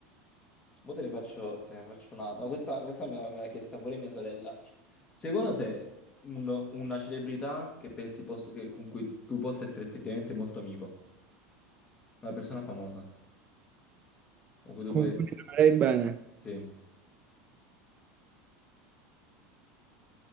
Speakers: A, on the left (about 15°); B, on the right (about 25°).
A: Mo te ne faccio, te ne faccio un'altra. No, questa, questa me l'ha me l'ha chiesta pure mia sorella. Secondo te, un- una celebrità che pensi posso- che- con cui tu possa essere effettivamente molto amico? Una persona famosa con cui tu
B: Comunque
A: puoi essere...
B: lavorerei bene,
A: Sì.